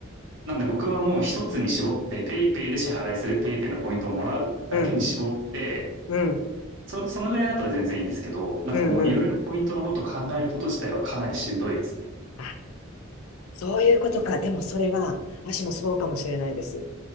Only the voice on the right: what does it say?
なんで僕はもう一つに絞って、PayPay で支払いする、PayPay のポイントをもらうだけに絞って、
そそのぐらいだったら全然いいんですけど、なんかもういろいろポイントのことを考えること自体はかなりしんどいですね。